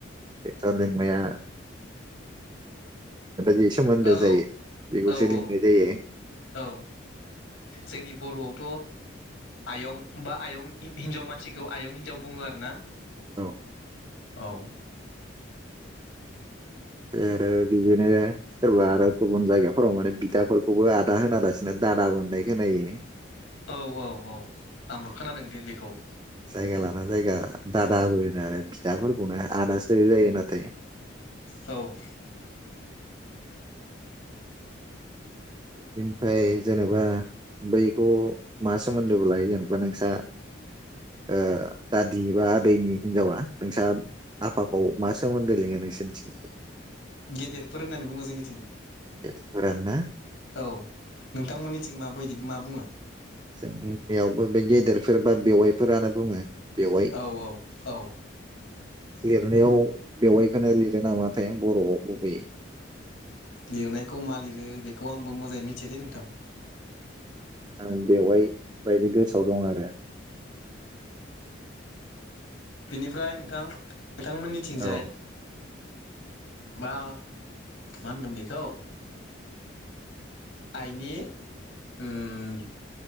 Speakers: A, on the right; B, on the left.
A: ट्रेक्टर लिंनाया जि सोमोन्दो
B: ओहोव
A: जायो बेखौसो
B: औ
A: लिंनाय
B: औ
A: जायो
B: औ जोंनि बर'आवथ' आयं बा आयं हि-हिन्जाव मानसिखौ आयं हिन्जाव बुङो आरोना
A: औ
B: औ
A: फाइ आरो बिदिनो सोरबा आरो गुबुन जायगाफोराव माने बिदाफोरखौबो आदा होनालासिनो दादा बोहोननाय खोनायो
B: औ औ औ आंबो खोनादों दे बेखौ
A: जायगा लाना जायगा दादाबो होनो आरो बिदाफोरखौनो आदासो जायो नाथाय
B: औ
A: बेनिफ्राय जेनेबा बैखौ मा सोमोन्दोबो लायो जेनेबा बा नोंसा ओ दादि बा आदैनि हिनजावा नोंसा आफाखौ मा सोमोन्दो लिङो नोंसोरनिथिं
B: गेदेरफोर होननानै बुङो जोंनिथिं
A: गेदेरफोरानो ना
B: औ नोंथांमोननिथिं माबायदि मा बुङो
A: जोंनियावबो बे गेदेरफोर बा बेवाइफोरानो बुङो बेवाइ
B: औ औ औ
A: लिरनायाव बेवाइखोनो लिरो नामाथाय बर'आव गुबैयै
B: लिरनायखौ मा लिरो बेखौ आंबो मोजाङै मिथिया दे नोंथां
A: आं बेवाइ बायदि गोसोआव दं आरो
B: बिनिफ्राय नोंथां नोंथांथमोननिथिंजाय
A: औ
B: बा मा होनगोन बेखौ आइनि उम